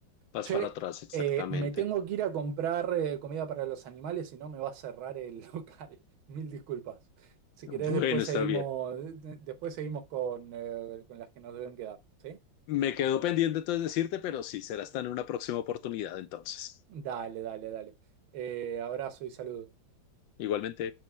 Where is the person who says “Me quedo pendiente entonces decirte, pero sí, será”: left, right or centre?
Left